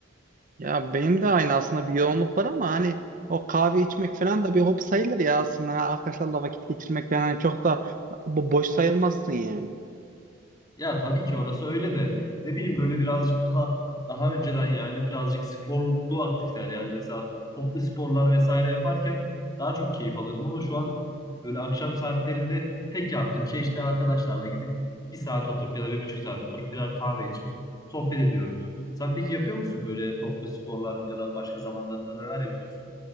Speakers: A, on the right; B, on the left.
A: Ya benim de aynı aslında bir yoğunluk var ama hani o kahve içmek falan da bir hobi sayılır ya aslında. Ha, Arkadaşlarla vakit geçirmek falan hani çok da bu boş sayılmazsın yani.
B: Ya tabii ki orası öyle de ne bileyim böyle birazcık daha daha önceden yani birazcık sporlu aktifler yani mesela toplu sporlar vesaire yaparken daha çok keyif alıyordum ama şu an böyle akşam saatlerinde tek yaptığım şey işte arkadaşlarla gidip bir saat oturup ya da bir buçuk saat oturup birer kahve içip sohbet ediyoruz. Sen peki yapıyor musun böyle toplu sporlar ya da başka zamanlarında neler yapıyorsun?